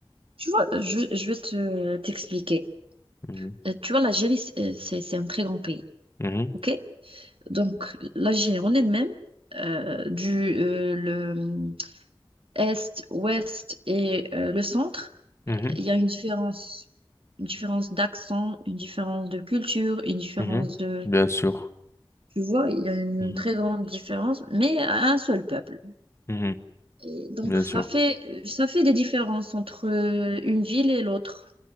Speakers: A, on the right; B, on the left.
A: Tu vois, euh, je, je vais te t'expliquer.
B: Mhm.
A: Euh, tu vois, l'Algérie, c'est euh, c'est- c'est un très grand pays,
B: Mhm.
A: ok? Donc, l'Algérie en elle-même, euh, du euh, le euh, est, ouest et euh, le centre.
B: Mhm.
A: Il y a une différence, une différence d'accent, une différence de culture, une différence
B: Mhm.
A: de...
B: Bien sûr.
A: Tu vois, il y a une
B: Mhm.
A: très grande différence, mais à un seul peuple.
B: Mhm.
A: Et donc,
B: Bien
A: ça
B: sûr.
A: fait, ça fait des différences entre euh, une ville et l'autre.